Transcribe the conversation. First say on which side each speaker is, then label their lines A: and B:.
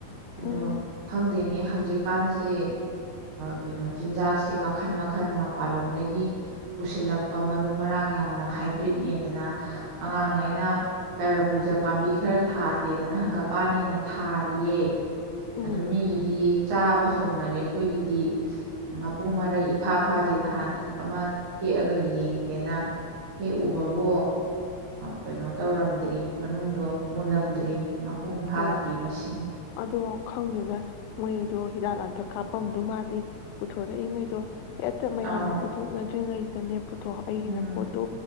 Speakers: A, on the right (about 50°); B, on the left (about 85°).
A: ꯑꯗꯣ
B: ꯎꯝ
A: ꯈꯪꯗꯦꯅꯦ ꯍꯧꯖꯤꯛꯀꯥꯟꯁꯤ ꯀꯩꯅꯣ ꯆꯤꯟꯖꯥꯛꯁꯦ ꯃꯈꯜ ꯃꯈꯜ ꯃꯄꯥꯟꯂꯣꯝꯗꯒꯤ ꯄꯨꯁꯤꯜꯂꯛꯄ ꯃꯔꯨ ꯃꯔꯥꯡ ꯌꯥꯝꯅ ꯍꯥꯏꯕ꯭ꯔꯤꯠꯅꯦꯗꯅ ꯑꯉꯥꯡꯉꯩꯅ ꯇꯔꯕꯨꯖ ꯄꯥꯝꯕꯤ ꯈꯔ ꯊꯥꯁꯦꯗꯅ ꯍꯪꯒꯄꯥꯟꯅꯦꯅ ꯊꯥꯔꯤꯌꯦ
B: ꯎꯝ
A: ꯑꯗꯣ ꯃꯤꯒꯤꯗꯤ ꯆꯥꯕ ꯍꯧꯅꯔꯦ ꯑꯩꯈꯣꯏꯒꯤꯗꯤ ꯃꯄꯨꯡ ꯃꯔꯩ ꯏꯐꯥ ꯐꯥꯗꯦ ꯅꯍꯥꯟ ꯑꯃ ꯍꯦꯛꯑꯒ ꯌꯦꯡꯒꯦꯅ ꯍꯦꯛꯎꯕꯕꯨ ꯀꯩꯅꯣ ꯇꯧꯔꯝꯗ꯭ꯔꯤ ꯃꯅꯨꯡꯗꯣ ꯃꯨꯜꯂꯝꯗ꯭ꯔꯤ ꯃꯄꯨꯡ ꯐꯥꯗ꯭ꯔꯤ
B: ꯑꯣ
A: ꯃꯁꯤꯡ
B: ꯑꯗꯣ ꯈꯪꯗꯦꯗ ꯃꯣꯏꯗꯣ ꯍꯤꯗꯥꯛ ꯂꯥꯡꯊꯛ ꯀꯥꯞꯄꯝꯗꯣ ꯃꯥꯜꯂꯤ ꯄꯨꯊꯣꯔꯛꯏꯉꯩꯗꯣ ꯍꯦꯛꯇ ꯃꯌꯥꯝꯅ
A: ꯑꯥꯎ
B: ꯄꯨꯊꯣꯛꯅꯗ꯭ꯔꯤꯉꯩ ꯑ <unintelligible> ꯄꯨꯊꯣꯛ ꯑꯩꯒꯤꯅ
A: ꯎꯝ
B: ꯄꯣꯠꯇꯣ